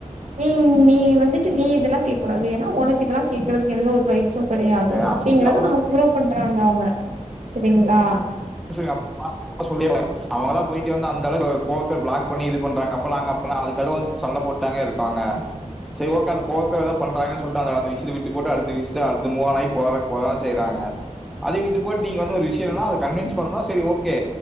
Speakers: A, on the right; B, in the centre.
A: நீ நீ வந்துட்டு நீ இதெல்லாம் கேக் கூடாது ஏன்னா உனக்கு இதெல்லாம் கேக்குறதுக்கு எந்த ஒரு ரைட் சும் கிடையாது
B: ஏங்க
A: அப்டிங்கறத
B: அப்பல்லாம் ஒண்ணும்
A: நமக்கு புரூவ் பண்றாங்க அவுங்க சரிங்ளா
B: மன்னிச்சிடுங்கப்பா சொல்லிலனு அவுங்கல்லாம் போயிட்டு வந்து அந்த அளவு கோவத்தை பிளாக் பண்ணி இது பண்றாங்க அப்பல்லாம் நாங்க அப்பல்லாம் அதுக்காக வந்து சண்ட போட்டாங்க இருக்காங்க சர் ஓகே அந்த கோவத்துல ஏதாவது பண்றாங்கன்னு சொல்லிட்டு அந்த அந்த விஷயத்த விட்டு போட்டு அடுத்த விஷயத்த அடுத்த மூ வானய் போறக் போகதா செய்றாங்க அதை விட்டு போட் நீங்க வந்து ஒரு விஷயம்னா அது கன்வேன்ஸ் சொன்ன சேரி ஓகே